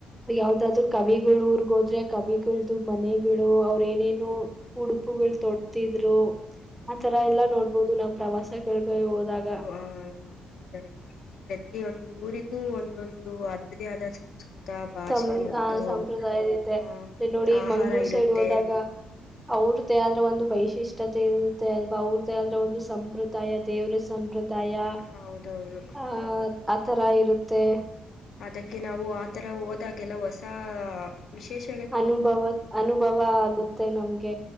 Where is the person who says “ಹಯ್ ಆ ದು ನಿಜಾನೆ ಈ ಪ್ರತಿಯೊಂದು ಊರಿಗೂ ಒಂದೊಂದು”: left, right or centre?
Left